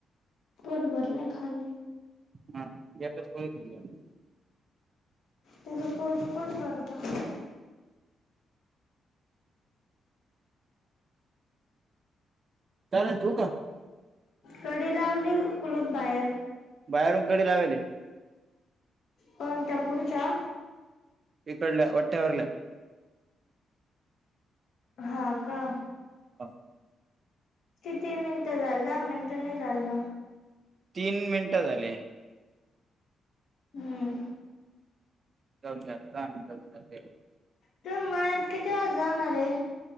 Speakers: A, on the left (about 65°); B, on the right (about 40°).
A: पोट भरलय खल्ली.
B: हा एकच <unintelligible> खाल्ली आज.
A: त्याचं पटपट भरतं पहा.
B: चालेल ठेऊ का?
A: कडी लावली का कुलूप बाहेर?
B: बाहेरून कडी लावेली.
A: कोणत्या त्या पुढच्या?
B: इकडल्या वट्यावरल्या.
A: हा का?
B: हा.
A: किती मिनिटं झाली दहा मिनिटं नाही झाली ना.
B: तीन मिनटं झाली.
A: हम्म.
B: जाऊदे आता दहा मिनिटं <unintelligible>
A: त-म किती वेळात जाणार आहे.